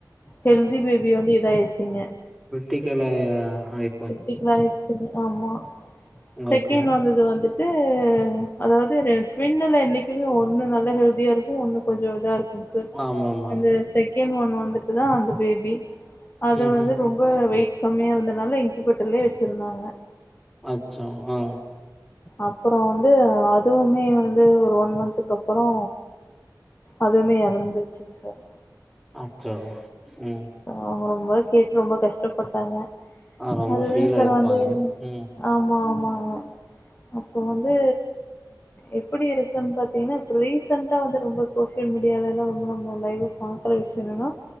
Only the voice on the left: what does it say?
ஹெல்த்தி பேபி வந்து இதாயிர்ச்சிங்க
க்ரிட்டிக்கல் ஆயிடுச்சுங்க ஆமா செகெண்
வந்தது வந்துட்டு அ அதாவது ரெ ட்வின்னுல என்னெக்குமே ஒன்னு நல்ல ஹெல்த்தியா இருக்கு ஒன்னு கொஞ்சொ இதா இருக்குங் க
அந்த செகெண்ட் வன் வந்துட்டு தா அந்த பேபி அத
வந்து ரொம் ரொம்ப வெய்ட் கம்மியா இருந்தனால இன்குபெட்டர்லயே வெச்சிருந்தாங்க
அப்பறோ வந்து அதுவுமே வந்து ஒரு வன் மந்த்க்கு அப்பறோ அதுவுமே எறந்துருச்சிங் சார்
அவ்ங்க ரொம்பொவே கேட்டு ரொம்ப கஷ்டப்பட்டாங்க
அதுதாங்
சார்
வந்து
ஆமா ஆமாங்க அப்போ வந்து எப்பிடி இருக்குன்னு பாத்தீங்கன்னா இப்ப ரீசன்ட்டா வந்து ரொம்ப சோசியல் மீடியால எல்லா ரொம்ப நம்ம லைவா பாக்கற விஷ்யொ என்னன்னா